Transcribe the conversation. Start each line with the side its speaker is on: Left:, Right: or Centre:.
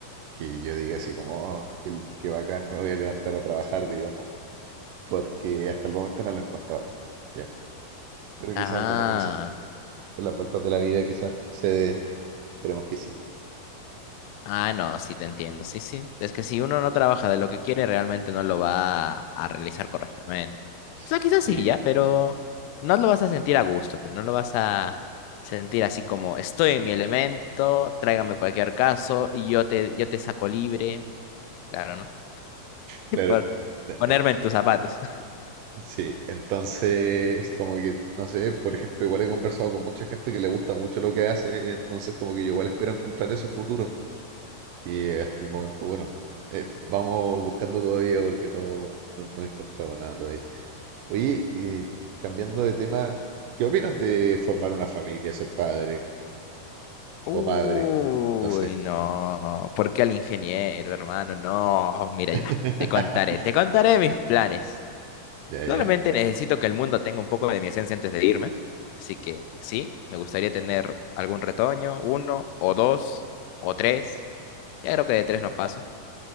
Right: que yo diga así como, oh, qué, qué bacán, me voy a levantar a trabajar, digamos, porque hasta el momento no lo he encontrado, ya. Pero que
Left: Ah,
Right: seas bueno con eso. con las vueltas de la vida quizás se den. Esperemos que sí.
Left: ah, no, sí te entiendo, sí, sí. Es que si uno no trabaja de lo que quiere, realmente no lo va a, a realizar correctamente.
Right: Sí,
Left: O sea,
Right: sí,
Left: quizás
Right: sí,
Left: sí, ya, pero no lo vas a sentir a gusto, pero no lo vas a sentir así como estoy en mi elemento, tráigame cualquier caso y yo te, yo te saco libre. Claro, ¿no? <laughs>
Right: claro.
Left: Por
Right: Eh,
Left: ponerme
Right: eh,
Left: en tus zapatos.
Right: Sí, entonces como que, no sé, por ejemplo, igual he conversado con mucha gente que le gusta mucho lo que hace, entonces como que yo igual espero encontrar eso futuro. Y eh, hasta el momento, bueno, eh, vamos buscando todavía porque no, no, no he encontrado nada todavía. Oye, eh, cambiando de tema, ¿qué opinas de formar una familia, ser padre
Left: Uy,
Right: o madre? No sé.
Left: no. ¿Por qué al ingeniero, hermano? No, mira
Right: <laughs>
Left: ya. Te contaré, te contaré mis planes.
Right: Ya,
Left: Claramente
Right: ya,
Left: necesito que el mundo tenga un poco de mi esencia antes de irme. Así que sí, me gustaría tener algún retoño, uno o dos o tres. Ya creo que de tres no paso.